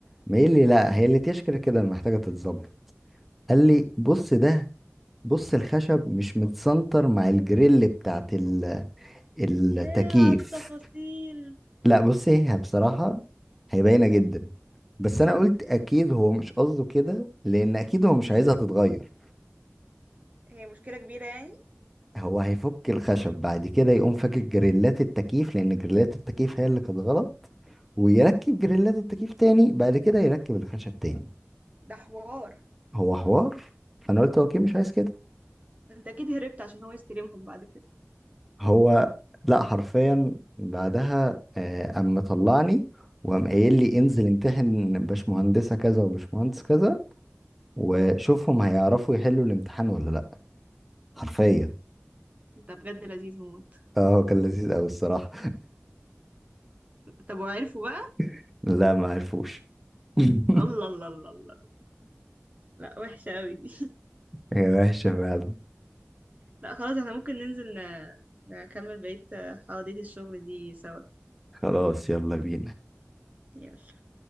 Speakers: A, in the centre; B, on the right (about 30°).
A: ما قايل لي لا هي الأتياش كده كده محتاجة تتظبط قال لي بص ده بص الخشب مش متسنتر مع الجريل بتاعت ال- التكييف
B: ياه على التفاصيل
A: لا بص هي بصراحة هي باينة جدا بس انا قلت اكيد هو مش قصده كده لان اكيد هو مش عايزها تتغير
B: هي مشكله كبيره يعني
A: هو هيفك الخشب بعد كده يقوم فاكك جريلات التكييف لان جريلات التكييف هي اللي كانت غلط ويركب جريلات التكييف تاني بعد كده يركب الخشب تاني
B: ده حوار
A: هو حوار فانا قلت هو اكيد مش عايز كده
B: انت اكيد هربت عشان هو يستلمهم بعد كده
A: هو لا حرفيا بعدها آه، قام مطلعني وقام قايل لي انزل امتحن باشمهندسة كذا وباشمهندس كذا وشوفهم هيعرفوا يحلوا الامتحان ولا لا حرفيا
B: انت بجد لذيذ موت
A: اه هو كان لذيذ قوي الصراحة
B: طب وعرفوا بقى
A: <laughs> لا ما عرفوش <laughs>
B: الله الله الله الله لا وحشه قوي دي
A: هي وحشة فعلا
B: لا خلاص احنا ممكن ننزل ن- نكمل بقية حواديت الشغل دي سوا
A: خلاص يلا بينا
B: يلا